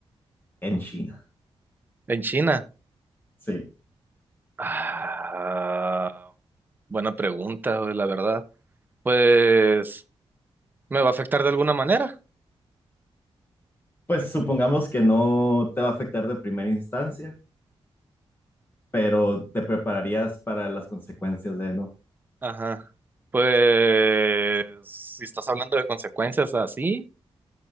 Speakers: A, on the left (about 20°); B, on the right (about 20°).
A: en China?
B: En China.
A: Sí.
B: Ah, buena pregunta, güey, la verdad. Pues, ¿me va a afectar de alguna manera?
A: Pues supongamos que no te va a afectar de primera instancia, pero te prepararías para las consecuencias de no.
B: Ajá. Pues, si estás hablando de consecuencias así,